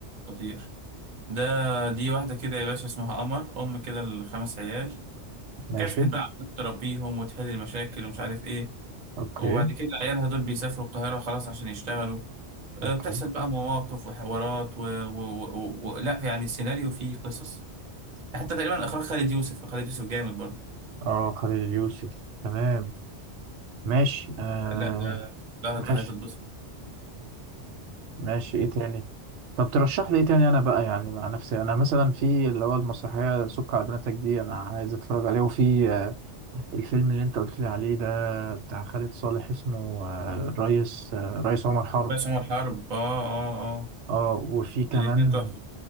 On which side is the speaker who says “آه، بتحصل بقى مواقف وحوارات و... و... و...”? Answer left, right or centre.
Right